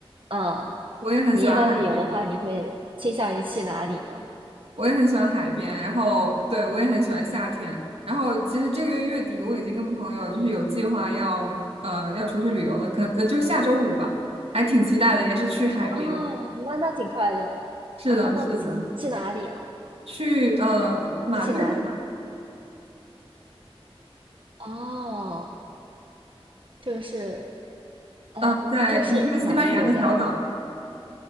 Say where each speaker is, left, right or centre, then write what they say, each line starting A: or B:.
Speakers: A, on the right (about 55°); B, on the right (about 80°).
A: 嗯，
B: 我也很喜欢海边。
A: 你一般旅游的话，你会倾向于去哪里呢？
B: 我也很喜欢海边，然后对我也很喜欢夏天。然后其实这个月月底我已经跟朋友就是有计划要呃要出去旅游了，可呃就下周五吧，还挺期待的，也是去海边。
A: 啊，那那挺快的啊，
B: 是的，
A: 那不错。
B: 是的，
A: 去哪里啊？
B: 去呃马略卡，
A: 那去哪里啊？哦，这个是呃，
B: 嗯、呃在一个西班牙的小岛。
A: 这个是哪个国家？